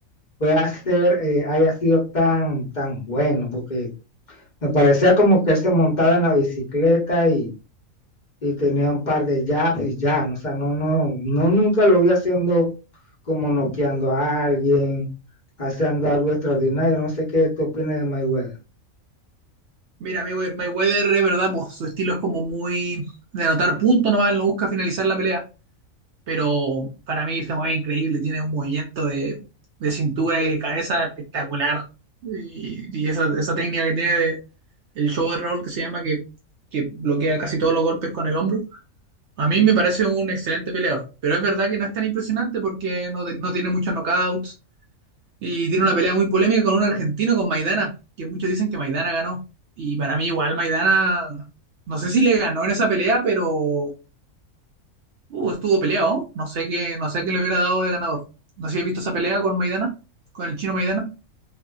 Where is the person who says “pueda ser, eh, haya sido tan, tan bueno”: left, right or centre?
Left